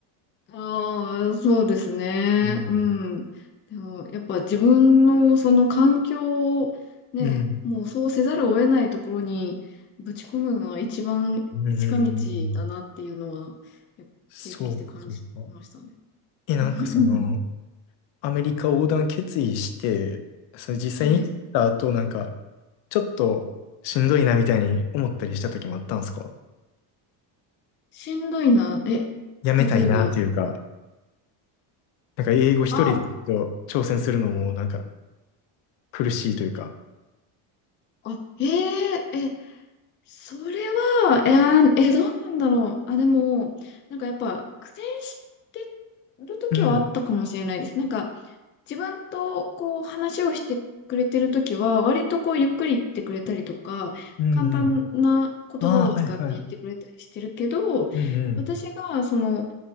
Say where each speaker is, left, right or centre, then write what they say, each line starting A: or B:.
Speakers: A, on the left (about 25°); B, on the left (about 65°).
A: ああ、そうですね。
B: うん。
A: うん。でも、やっぱ自分のその環境をね、
B: うん。
A: もうそうせざるを得ないところにぶち込むのは一番近道だなっていうのは、
B: うんうんうんうん
A: やっぱ経験して感じましたね。
B: そうか、そうか。え、
A: <laughs>
B: なんかその、アメリカ横断決意して、それ実際に行った後、
A: はい。
B: なんか、ちょっとしんどいなみたいに思ったりした時もあったんですか
A: しんどいな。え、
B: やめたいなっていうか、
A: 例えば、
B: なんか英語一人でちょっと挑戦するのもなんか
A: あ、
B: 苦しいというか。
A: あ、えええ、それは、えーえーどうなんだろう。あ、でも、なんかやっぱ苦戦してる時はあったかもしれないです。
B: うん、
A: なんか自分とこう話をしてくれてる時は、割とこうゆっくり言ってくれたりとか、
B: うん、
A: 簡単な言葉を使って言ってくれたりしてるけど、
B: うん。ああ、はい、はい。うん、うん、
A: 私がその、